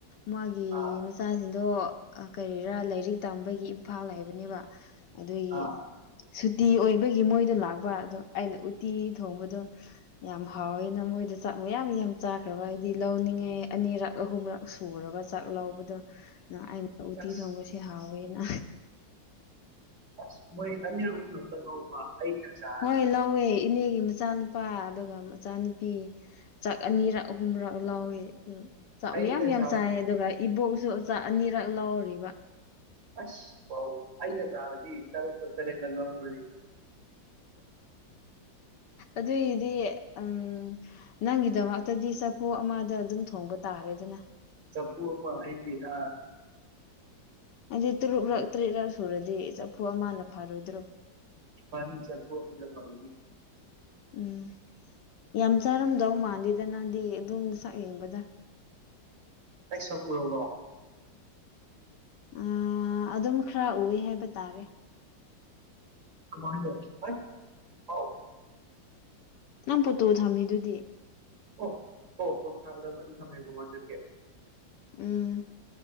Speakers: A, on the left; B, on the right.
A: ꯃꯥꯒꯤ
B: ꯑꯥ
A: ꯃꯆꯥꯁꯤꯡꯗꯣ ꯀꯔꯤꯔꯥ ꯂꯥꯏꯔꯤꯛ ꯇꯝꯕꯒꯤ ꯏꯝꯐꯥꯜ ꯍꯥꯏꯕꯅꯦꯕ ꯑꯗꯨꯒꯤ
B: ꯑꯥ
A: ꯁꯨꯇꯤ ꯑꯣꯏꯕꯒꯤ ꯃꯣꯏꯗꯣ ꯂꯥꯛꯄ ꯑꯗꯣ ꯑꯩꯅ ꯎꯇꯤ ꯊꯣꯡꯕꯗꯣ ꯌꯥꯝ ꯍꯥꯎꯋꯦꯅ ꯃꯣꯏꯗꯣ ꯆꯥꯛ ꯃꯌꯥꯝ ꯌꯥꯝ ꯆꯥꯈ꯭ꯔꯕ ꯍꯥꯏꯗꯤ ꯂꯧꯅꯤꯡꯉꯥꯏ ꯑꯅꯤꯔꯛ ꯑꯍꯨꯝꯔꯛ ꯁꯨꯔꯕ ꯆꯥꯛ ꯂꯧꯕꯗꯣ ꯑꯩꯅ ꯎꯇꯤ
B: ꯑꯁ
A: ꯊꯣꯡꯕꯁꯦ ꯍꯥꯎꯋꯦꯅ
B: ꯑꯁ ꯃꯣꯏ ꯑꯅꯤ ꯑꯍꯨꯃꯂꯛꯇꯪ ꯂꯧꯕ ꯑꯩꯅꯥ ꯆ
A: ꯍꯣꯏ ꯂꯧꯋꯦ ꯏꯅꯦꯒꯤ ꯃꯆꯥꯅꯨꯄꯥ ꯑꯗꯨꯒ ꯃꯆꯥꯅꯨꯄꯤ ꯆꯥꯛ ꯑꯅꯤꯔꯛ ꯑꯍꯨꯝꯔꯛ ꯂꯧꯏ ꯑꯗꯨ ꯆꯥꯛ
B: ꯑꯩꯅ
A: ꯃꯌꯥꯝ ꯃꯌꯥꯝ
B: ꯆꯥꯔ
A: ꯆꯥꯏ ꯑꯗꯨꯒ ꯏꯕꯣꯛꯁꯨ ꯆꯥꯛ ꯑꯅꯤꯔꯛ ꯂꯧꯔꯤꯕ
B: ꯑꯁ ꯑꯩꯅ ꯆꯔꯥꯗꯤ ꯇꯔꯨꯛꯂꯛ ꯇꯔꯦꯠꯂꯛ ꯂꯧꯒꯅꯤ
A: ꯑꯗꯨꯏꯗꯤ ꯎꯝ ꯅꯪꯒꯤꯗꯃꯛꯇꯗꯤ ꯆꯐꯨ ꯑꯃꯗ ꯑꯗꯨꯝ ꯊꯣꯡꯕ ꯇꯥꯔꯦꯗꯅ
B: ꯆꯐꯨ ꯑꯃꯥ ꯑꯩꯒꯤ ꯑ
A: ꯍꯥꯏꯗꯤ ꯇ꯭ꯔꯨꯛꯔꯛ ꯇ꯭ꯔꯦꯠꯔꯛ ꯁꯨꯔꯗꯤ ꯆꯐꯨ ꯑꯃꯅ ꯐꯥꯔꯣꯏꯗ꯭ꯔꯣ
B: ꯐꯅꯤ ꯆꯐꯨ ꯑꯃꯅꯥ ꯐꯒꯥꯅꯤ
A: ꯎꯝ ꯌꯥꯝ ꯆꯥꯔꯝꯗꯧ ꯃꯥꯥꯟꯗꯦꯗ ꯅꯪꯗꯤ ꯑꯗꯨꯝ ꯁꯛ ꯌꯦꯡꯕꯗ
B: ꯑꯩꯥ ꯁꯛ ꯎꯔꯕꯣ
A: ꯑ ꯑꯗꯨꯝ ꯈꯔ ꯎꯋꯦ ꯍꯥꯏꯕ ꯇꯥꯔꯦ
B: ꯀꯃꯥꯏꯅꯥ ꯑꯣꯏ ꯍꯥꯎ
A: ꯅꯪ ꯐꯣꯠꯇꯣ ꯊꯝꯃꯤꯗꯨꯗꯤ
B: ꯑꯣ ꯑꯣ ꯄꯣꯔꯐꯥꯏꯜꯗ ꯑꯃꯗꯤ ꯊꯃꯦꯀꯣ ꯋꯥꯆꯞꯀꯤ
A: ꯎꯝ